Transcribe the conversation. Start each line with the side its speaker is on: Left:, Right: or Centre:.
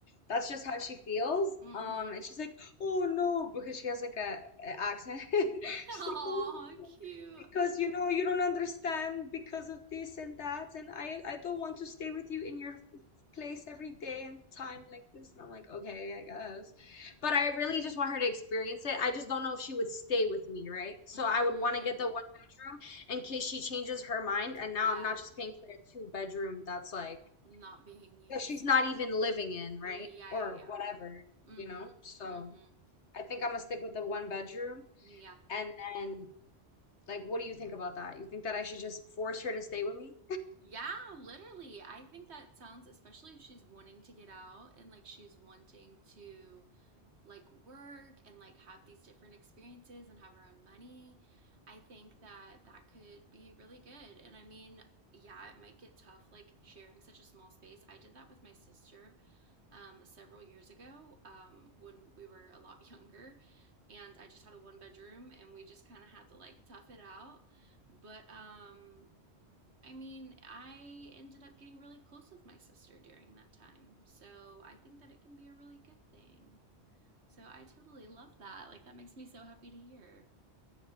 Left: that's just how she feels.
Right: Mm-hmm.
Left: Um, and she's like, "Oh no," because she has like a, a accent. <laughs>
Right: Oh,
Left: She's like, "Oh no."
Right: cute.
Left: Because you know you don't understand because of this and that, and I I don't want to stay with you in your place every day and time like this. And I'm like, okay, I guess. But I really just want her to experience it. I just don't know if she would stay with me, right? So
Right: Mm,
Left: I would want to get the one bedroom in case she changes her mind. And
Right: yeah,
Left: now I'm not just paying for a two bedroom that's like
Right: not being used
Left: that she's not
Right: kind of
Left: even
Right: thing.
Left: living in, right?
Right: Yeah,
Left: Or
Right: yeah, yeah.
Left: whatever,
Right: Mm-hmm.
Left: you know? So
Right: Mm-hmm.
Left: I think I'm gonna stick with the one bedroom.
Right: Yeah.
Left: And then, like, what do you think about that? You think that I should just force her to stay with me?
Right: Yeah, literally. I think that sounds, especially if she's wanting to get out and like she's wanting to like work and like have these different experiences and have her own money, I think that that could be really good. And I mean, yeah, it might get tough like sharing such a small space. I did that with my sister um, several years ago um, when we were a lot <laughs> younger. And I just had a one bedroom and we just kind of had to like tough it out. But um, I mean, I ended up getting really close with my sister during that time. So I think that it can be a really good thing. So I totally love that. Like that makes me so happy to hear.